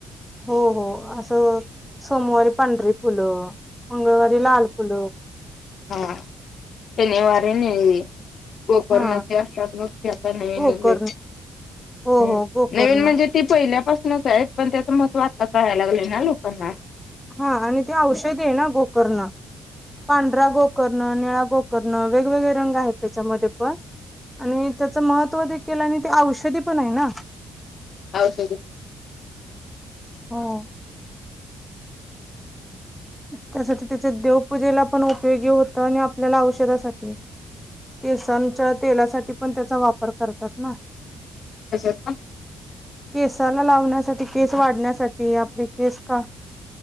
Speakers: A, in the centre; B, on the left.
A: हो हो असं सोमवारी पांढरी फुलं उंग वर लाल फल
B: हा तेनीवार नाही. गोकर्णाची
A: हा
B: अशाच गोष्टी आता नवीन
A: गोकर्ण
B: निघल्या
A: हो
B: ह्
A: हो गोकर्ण
B: नवीन म्हणजे ती पहिल्यापासूनच आहेत पण त्याचं महत्व आता कळायला लागलेय ना लोकांना.
A: हा आणि ते औषध आहे ना गोकरण पांढरा गो करणं निळा गोकरणं वेगवेगळे रंग आहेत. त्याच्यामध्ये पण आणि त्याच महत्त्व ते केलं आणि ते औषधी पण आहे ना.
B: औषधी
A: हो त्यासाठी त्याच्यात देओप पूजेला पण उपयोगी होत आणि आपल्याला औषधासाठी केसांच्या तेलासाठी पण त्याचा वापर करतात ना.
B: कशाचा
A: केसाला लावण्यासाठी केस वाढण्यासाठी आपले केस का